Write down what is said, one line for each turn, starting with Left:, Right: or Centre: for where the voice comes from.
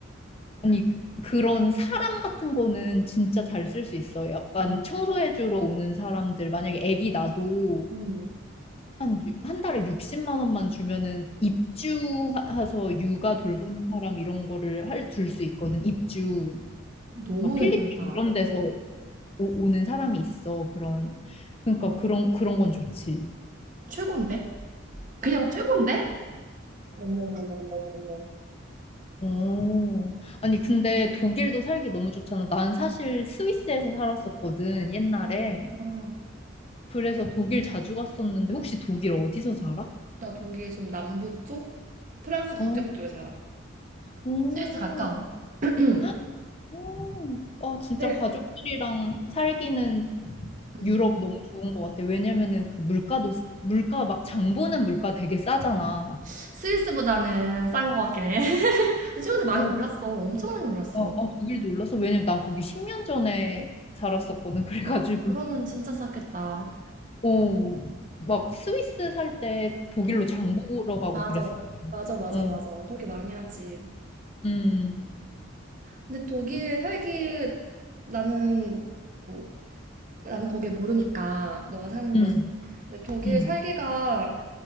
Left: 아니 그런 사람 같은 거는 진짜 잘 쓸 수 있어. 약간
Right: 어,
Left: 청소해주러 오는 사람들 만약에 애기 나도
Right: 음,
Left: 한, 유- 한 달에 60만 원만 주면은 입주해서 육아 돌보는 사람 이런 거를 할, 둘 수 있거든. 입주.
Right: 너무
Left: 막 필리핀
Right: 괜찮다.
Left: 이런 데서 오, 오는 사람이 있어. 그런 그러니까 그런 그런 건 좋지.
Right: 최고인데? 그냥 최고인데? 어머머머머머머.
Left: 오, 아니 근데 독일도 살기 너무 좋잖아. 난 사실 스위스에서 살았었거든 옛날에.
Right: 아,
Left: 그래서 독일 자주 갔었는데 혹시 독일 어디서 살아?
Right: 나 독일 좀 남부 쪽? 프랑스 국경
Left: 어,
Right: 쪽에 살아.
Left: 오,
Right: 스위스 가까워. <clears throat>
Left: 헉, 오, 아 진짜
Right: 근데
Left: 가족들이랑 살기는
Right: 음,
Left: 유럽 너무 좋은 것 같아. 왜냐면은 그 물가도 물가 막 장 보는 물가 되게 싸잖아.
Right: 스위스보다는 싼 거 같긴 해. <laughs> 근데 최근에 많이
Left: 어.
Right: 올랐어. 엄청 많이 올랐어.
Left: 아, 아, 독일 놀랐어. 왜냐면 난 거기 10년 전에 살았었거든. <laughs> 그래가지고,
Right: 아, 그러면 진짜 쌌겠다.
Left: 어, 막 스위스 살 때 독일로
Right: 음,
Left: 장 보러 가고
Right: 맞아.
Left: 그랬어.
Right: 맞아, 맞아,
Left: 어,
Right: 맞아. 그렇게 많이 하지.
Left: 음,
Right: 근데 독일
Left: 음,
Right: 살기 나는 뭐 나는 거길 모르니까 너가 사는
Left: 음,
Right: 곳은 근데 독일
Left: 음,
Right: 살기가